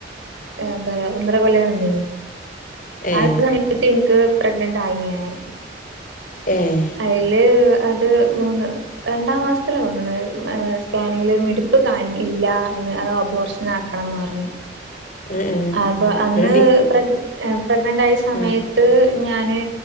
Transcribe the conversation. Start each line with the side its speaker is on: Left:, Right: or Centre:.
Right: എന്താ റയ ഒന്നരകൊല്ലകടന്നീനി
Left: ഏഹ്
Right: ആ സമയത്ത് എനിക്ക് പ്രഗ്നൻ ആയിനിഞാന്
Left: ഏഹ്
Right: അയ്ല് അത് മൂന്ന് രണ്ടാം മാസ്ത്തിലാ തൊന്ന്ണ് ഏ സ്കാനിങ്ങില് മിടിപ്പ് കാൺ ഇല്ലാർണ് ഏ ഒബോഷനാക്കണംന്ന് പർഞ്
Left: ഉം ഉം
Right: അപ്പൊ അന്ന്
Left: റെഡി
Right: പ്രഗ് പ്രഗ്നന്റായ സമയത്ത്
Left: ആഹ്
Right: ഞാന്